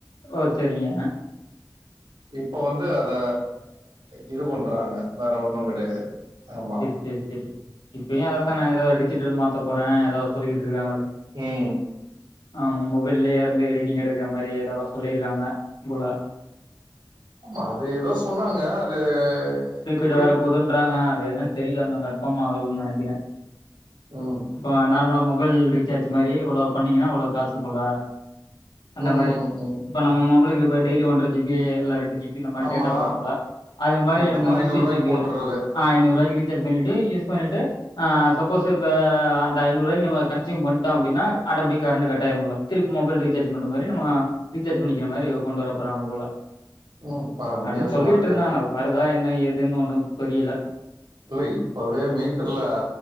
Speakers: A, on the left (about 85°); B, on the right (about 75°).
A: ஓ செரிங்க
B: இப்ப வந்து அத இது பண்றாங்க வேற ஒண்ணு கெடையாது ஆமா
A: சேர் சேரி இப்பயு அததா நா எதோ டிஜிட்டல் மாத்த போறே ஏதாவது சொல்லிக்கிட்டு இருக்காங்களே
B: ம்
A: ஆமா மொபைல்லயே இருந்து எடிடிங் எடுக்கற மாரி ஏதோ சொல்லிருக்காங்க போல
B: ஆமா அது எதோ சொன்னாங்க அது எப்
A: ன்டு வர போதுன்றாங்க அது என்னன்னு தெரில இன்னு கன்ஃபாம் ஆகலனு நெனைக்கிறே
B: ம்
A: இப்ப நார்மலா மொபைல் ரீசார்ச் மாரி இவ்ளோ பண்ணீங்கன்னா இவ்ளோ காசு போல அந்த
B: ம்
A: மாரி
B: ம் ம்
A: இப்ப நம்ம மொபைலுக்கு இப்ப டெய்லி ஒன்ர ஜி பி இல்ல ரெண்டு ஜி பி இந்த மாரி
B: ஆமா
A: டேட்டா போட்றம்ல அது மாரி
B: மொத்தமா
A: நம்ம
B: ஐநூறு
A: இ சி
B: ரூபாய்க்கு
A: ஜி க்கு
B: போட்டுறது
A: அ ஐநூறு ரூவாய்க்கி ரீசார்ஜ் பண்ணிட்டு யூஸ் பண்ணிட்டு ஆ சப்போஸ் இப்ப அந்த ஐநூறு ரூபாய்க்கு நம்ம கன்ஸ்யூம் பண்டோ அப்டினா ஆட்டோமேட்டிக்கா கரண்ட் கட் ஆயிரு போல திருப்பி மொபைல் ரீசார்ஜ் பண்ற மாரி நம்ம ரீசார்ஜ் பண்ணிக்கிற மாரி கொண்டு வர போறாங்க போல
B: ம் பா வித்தியாசமா
A: அப்டின் சொல்லிட்டு
B: இருக்கு
A: இருந்தாங்க வருதா என்ன ஏதுன் ஒண்ணு புரியல
B: இல்ல இப்பவே மீட்டர்ல